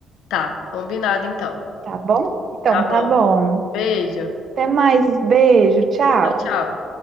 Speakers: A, on the left (about 85°); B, on the right (about 50°).
A: Tá, combinado então.
B: tá bom? Então,
A: Tá
B: tá
A: bom.
B: bom.
A: Beijo.
B: Até mais, beijo, tchau.
A: Tchau, tchau.